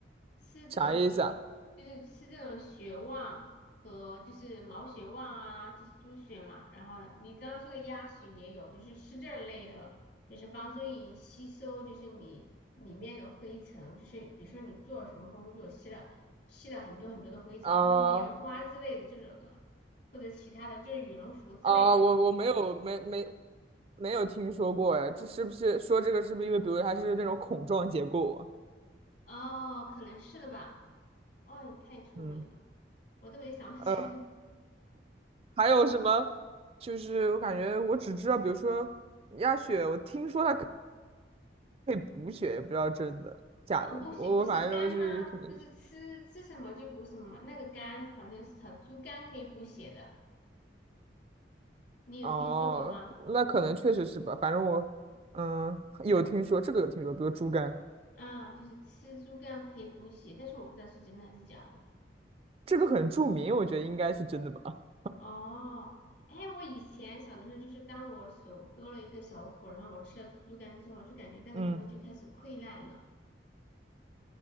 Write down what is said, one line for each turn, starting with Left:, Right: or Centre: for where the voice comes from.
Left: 吃这种血，
Right: 啥意思啊？
Left: 就是吃这种血旺和就是毛血旺啊，就是猪血嘛。然后你刚刚说的鸭血也有，就是吃这类的，就是帮助你吸收，就是你里面的灰尘，就是比如说你做什么工作吸了吸了很多很多的灰尘，
Right: 啊
Left: 比如说棉花之类的这种的，或者其他的就是羽绒服之类的。
Right: 啊，我我没有没没没有听说过哎，这是不是说这个是不是因为比如它是那种孔状结构啊？
Left: 哦，可能是的吧。哦，你太聪明了，
Right: 嗯。
Left: 我都没想到这个。
Right: 呃还有什么？就是我感觉我只知道，比如说鸭血，我听说它可可以补血，也不知道真的假的。
Left: 哦，补血不是肝吗？
Right: 我我反正就是可能
Left: 不是吃吃什么就补什么，那个肝好像是炒猪肝可以补血的，你有听说过吗？
Right: 哦，那可能确实是吧。反正我嗯有听说这个有听说，比如猪肝，
Left: 啊、就是吃猪肝可以补血，但是我不知道是真的还是假的。
Right: 这个很著名，我觉得应该是真的吧。
Left: 哦，哎，我以前小的时候，就是当我手割了一个小口，然后我吃了猪肝之后，就感觉那个地方就开始溃烂了，
Right: 嗯，